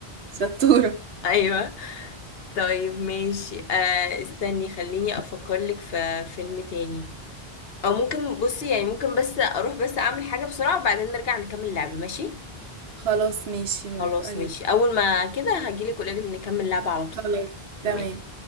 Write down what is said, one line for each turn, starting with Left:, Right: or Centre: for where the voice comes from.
Right: شطورة
Left: أيوة طيب ماشي آه استني خليني افكر لك في فيلم تاني او ممكن بصي يعني ممكن بس اروح بس اعمل حاجة بسرعة وبعدين نرجع نكمل اللعبة ماشي
Right: خلاص ماشي موافقة
Left: خلاص
Right: جدا
Left: ماشي اول ما كده هجيلك قولك نكمل اللعبة على طول
Right: خلاص تمام
Left: ماشي